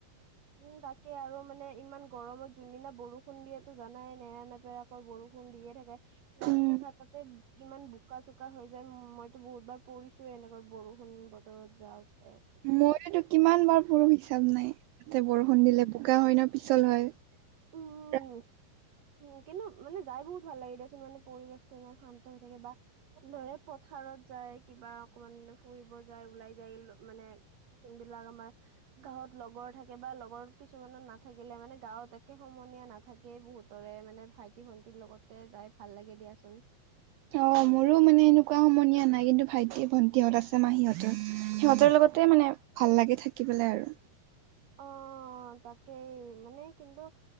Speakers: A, on the right; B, on the right.
A: উম তাকে আৰু মানে ইমান গৰমত যোনদিনা বৰষুণ দিয়েতো জানাই নেৰা নেপেৰা - কৈ বৰষুণ দিয়ে থাকে ৰাস্তা
B: উম
A: ঘাটতে - কিমান বোকা চোকা হৈ যায় মইতো বহুত বাৰ পৰিছোয়ে এনেকা বৰষুণ বতৰত যাওঁতে।
B: মইয়োটো কিমান বাৰ পৰো হিচাপ নাই, তাতে বৰষুণ দিলে বোকা হয় ন পিছল হয়। <unintelligible>
A: উম উম', কিন্তু মানে যাই বহুত ভাল লাগে দিয়াচোন, মানে পৰিৱেশটো ইমান শান্ত হৈ থাকে বা- ধৰে পথাৰত যায় কিবা অকমান ফুৰিব যায় ওলাই যায় মানে- যোন বিলাক আমাৰ গাঁৱত লগৰ থাকে বা লগৰ কিছুমানৰ নাথাকিলে মানে গাঁৱত এ- একে সমনীয়া নাথাকেই বহুতৰে, মানে ভাইটি-ভণ্টিৰ লগতে যাই ভাল লাগে দিয়াচোন। <inaudible>
B: অ', মোৰো মানে এনেকুৱা সমনীয়া নাই, কিন্তু ভাইটি-ভণ্টিহত আছে মাহি হতৰ সিহঁতৰ লগতে মানে- ভাল লাগে থাকিবলে আৰু।
A: অ', তাকেই মানে কিন্তু-